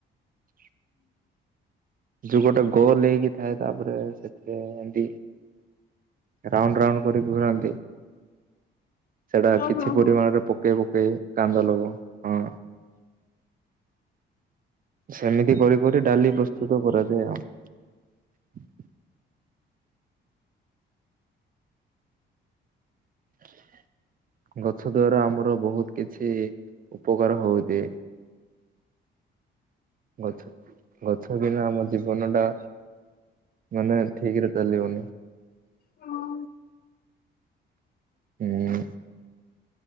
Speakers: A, on the right (about 45°); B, on the left (about 50°).
A: <unintelligible> ଯୋଉ ଗୋଟେ ଗୋଲ ହେଇକି ଥାଏ ତାପରେ ସେଥିରେ ଏମିତି। ରାଉଣ୍ଡ ରାଉଣ୍ଡ କରି ଘୁରାନ୍ତି। ସେଇଟା କିଛି
B: ହଁ
A: ପରିମାଣରେ
B: ହଁ
A: ପକେଇ ପକେଇ କାନ୍ଦଲବ ହଁ। ସେମିତି କରି କରି ଡାଲି ପ୍ରସ୍ତୁତ କରାଯାଏ ଆଉ। <unintelligible> ଗଛ ଦ୍ଵାରା ଆମର ବହୁତ କିଛି ଉପକାର ହଉଚି। ଗଛ ଗଛ ବିନା ଆମ ଜୀବନ ଟା ମାନେ ଠିକ୍ ରେ ଚାଲିବନି।
B: ହଁ।
A: ହୁଁ।